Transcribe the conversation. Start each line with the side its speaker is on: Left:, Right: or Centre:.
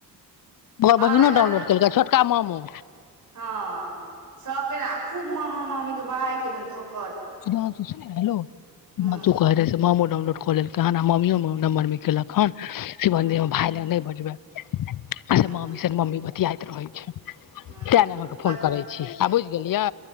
Left: ओकर
Right: हँ
Left: बहिनो
Right: हेलो
Left: डाउनलोड केलकै छोटका ममो
Right: हँ सबके ने आ खूब मामा मामी के बड़ाइ केने ढक
Left: सु सुनू न हेलो
Right: हूँ
Left: हँ तू कहे रहे से मामो डाउनलोड क लेलकै हन मामीयो नम्बर मे केलक हन शिवांगि
Right: हूँ
Left: हमर भाय लग नइ बजबे
Right: हूँ
Left: मामी मम्मी बतियाइत रहे छै
Right: हूँ
Left: तै न अहाँके फोन करै छी आब बुझि गेलियै